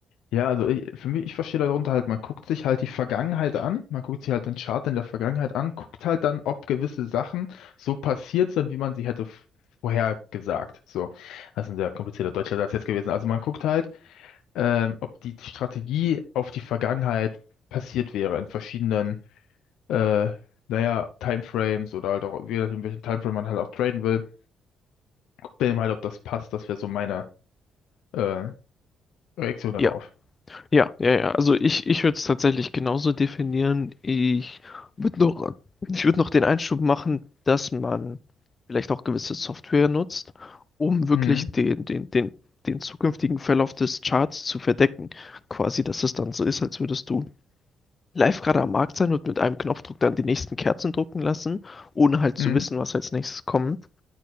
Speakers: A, on the left; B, on the left.
A: Ja, also ich, für mich, ich verstehe darunter halt, man guckt sich halt die Vergangenheit an, man guckt sich halt den Chart in der Vergangenheit an, guckt halt dann, ob gewisse Sachen so passiert sind, wie man sie hätte f- vorhergesagt. So, das ist ein sehr komplizierter deutscher Satz jetzt gewesen. Also man guckt halt, ähm, ob die Strategie auf die Vergangenheit passiert wäre in verschiedenen äh, naja, Timeframes oder halt auch, je nachdem, welchen Timeframe man halt auch traden will, guckt dann eben halt, ob das passt. Das wäre so meine äh, Reaktion darauf.
B: Ja. Ja, ja, ja. Also ich, ich würde es tatsächlich genauso definieren. Ich würde noch, ich würde noch den Einschub machen, dass man vielleicht auch gewisse Software nutzt, um wirklich
A: Mhm,
B: den, den, den, den zukünftigen Verlauf des Charts zu verdecken. Quasi, dass es dann so ist, als würdest du live gerade am Markt sein und mit einem Knopfdruck dann die nächsten Kerzen drucken lassen, ohne halt zu
A: mhm,
B: wissen, was als nächstes kommt.